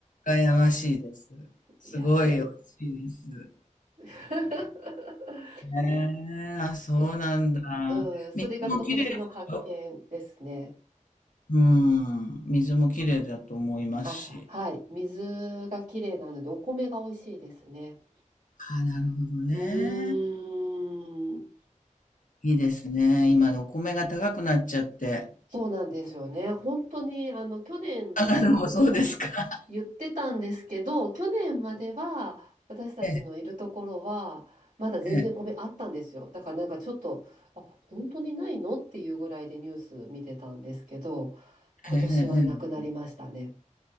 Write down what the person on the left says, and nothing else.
う、羨ましいです。すごい美味しいです。
ええ、あ、そうなんだ。
水もきれいでしょうん。水もきれいだと思いますし。
ああ、なるほどね。
いいですね。今、お米が高くなっちゃって。
あ、でもそうですか。
<laughs>
ええ、
ええ、
ええええええええ